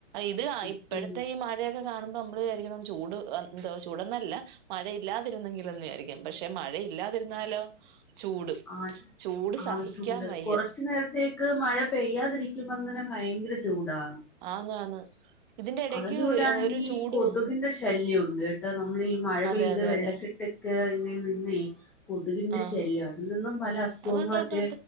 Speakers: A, on the right; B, in the centre.
A: ഇത്
B: നിക്കുന്നു
A: ഇപ്പോഴത്തെ ഈ മഴയൊക്കെ കാണുമ്പോ നമ്മ ആരിക്കും ചൂട് എന്തോ ചൂടന്നല്ല മഴയില്ലാതിരുന്നെങ്കിലെന്ന് വിചാരിക്കും പക്ഷെ മഴയില്ലാതിരുന്നാലോ ചൂട്
B: ആഹ്
A: ചൂട് സഹിക്കാൻ
B: ആവശ്യം ചൂട്
A: വയ്യ
B: കുറച്ചു നേരത്തേക്ക് ക്ക് മഴ പെയ്യാതിരിക്കുമ്പോ തന്നെ ഭയങ്കര ചൂടാ
A: ആന്ന് ആന്ന് ഇതിന്റെ എടക്ക്
B: അതിന്റെകൂടെയാണെങ്കിൽ
A: ഒരു ചൂട്
B: കൊതുകിന്റെ ശല്യൂണ്ട് ഇണ്ട് ട്ടൊ നമ്മൾ ഈ മഴ
A: അതെ
B: പെയ്ത്
A: അതെ
B: വെള്ളക്കെട്ട്
A: അതെ
B: കെന്റിംങ്ങ്ന്നേയ് കൊതുകിൻ്റെ
A: ആഹ്
B: ശല്യാ അതിൽ നിന്നും പല അസുഖങ്ങളൊക്കെ
A: അതുണ്ട് ഉണ്ട്